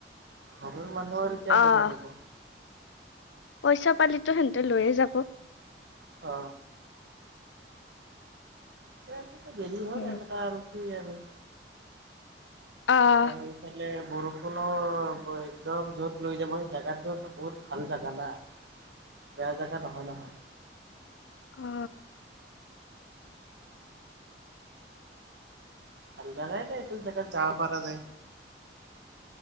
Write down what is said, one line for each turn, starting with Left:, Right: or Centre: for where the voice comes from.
Right: ঘবৰ মানে কল
Left: আহ
Right: <unintelligible>
Left: পইচা পালিতো সেহতে লৈয়ে যাব
Right: অ ক আছে <unintelligible> গেলি হ'ল
Left: উম
Right: এনেকা আৰু কি আৰু
Left: আহ
Right: আৰুফালে বৰষুণো একদম যত লৈ যাবই জেগাটোতো বহুত ভাল জোগা না। বেয়া জেগা নহয় নহয়
Left: অ
Right: ভাল জাগাই নাই এইটো জেগাত যাবা পাৰা যায়